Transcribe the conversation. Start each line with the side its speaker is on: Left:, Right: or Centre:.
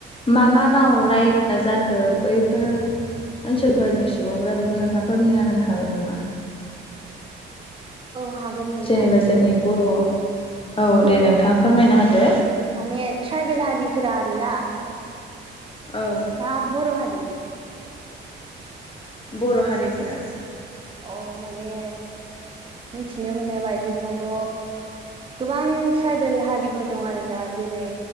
Left: मा मा राव रायज्लायनाय जाखो बैफोर ओनसोलफोरनि सुबुंफोरा बेखौ नोंथाङा फोरमायना होनो हागोन नामा?
Right: हागोन नोंथां
Left: जेनेबा जोंनि बर' औ दे नोंथाङा फोरमायना होदो
Right: माने ट्राइबेल हारिफोरा आरो ना
Left: औ
Right: ना बर' हारि
Left: बर' हारिफोरा
Right: अ माने मिथिनो मोननाय बायदिबाथ'' गोबां ट्राइबेल हारिफोर दं आरोना जेरै